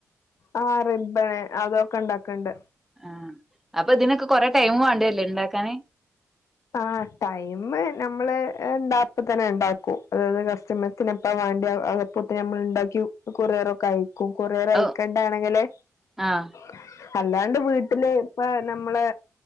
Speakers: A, on the left; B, in the centre.
A: ആഹ് റിബ്ബണ് അതൊക്കെ ഉണ്ടാക്കണ്ട്
B: ആഹ് അപ്പൊ ഇതിനൊക്കെ കൊറെ ടൈം വേണ്ടി വരില്ലേ ഉണ്ടാക്കാന്
A: ആഹ് ടൈമ് നമ്മള് അപ്പൊത്തന്നെ ഉണ്ടാക്കൂ അതായത് കസ്റ്റമേഴ്സ്- പിന്നെ ഇപ്പ വേണ്ടി അപ്പോ തന്നെ നമ്മള് ഉണ്ടാക്കി കൊറിയറൊക്കെ ആയക്കും കൊറിയർ അയക്കേണ്ട
B: അത്
A: ആണെങ്കില്
B: ആഹ്
A: - അല്ലാണ്ട് വീട്ടില് ഇപ്പ നമ്മളെ